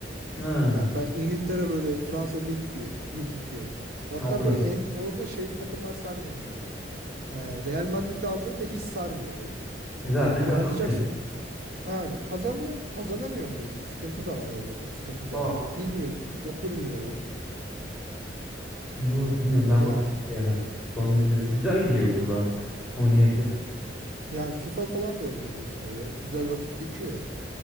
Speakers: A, in the centre; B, on the right.
A: Ha,
B: Yani ben İngiltere böyle Fransa Lig bir Lig iki Hatta
A: Orlan'da.
B: böyle en, orada şey takımlar sarmıyor mesela. Ee, Real Madrid aldığında hiç sarmıyor oyun.
A: E zaten
B: Böyle
A: kazanıyor.
B: alacaksın Yani kazanıyor, kazanamıyorsun da işte sıkıntı da var öyle bir sıkıntı
A: <laughs>
B: da
A: Aa,
B: var. Bilmiyorsun, oturmuyor oyun.
A: doğru bilmiyorum ben
B: Yani
A: bakacağım bir ara. Futbol menajeri güzel geliyor kulağa. Oynayabilirim.
B: yani FIFA falan da oynayabilirsin öyle. Güzel vakit geçiyor yani.